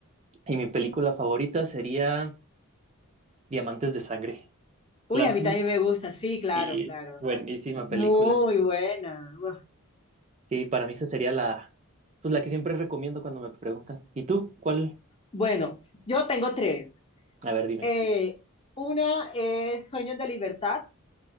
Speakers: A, on the right (about 30°); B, on the left (about 25°).
A: Y mi película favorita sería Diamantes de Sangre.
B: Uy,
A: ¿La has
B: a mí
A: visto?
B: también me gusta, sí, claro,
A: Sí,
B: claro.
A: buenísima
B: Muy
A: película.
B: buena. Uf.
A: Sí, para mí esa sería la, pues la que siempre recomiendo cuando me preguntan. ¿Y tú? ¿Cuál?
B: Bueno, yo tengo tres.
A: A ver, dime.
B: Eh, una es Sueños de Libertad,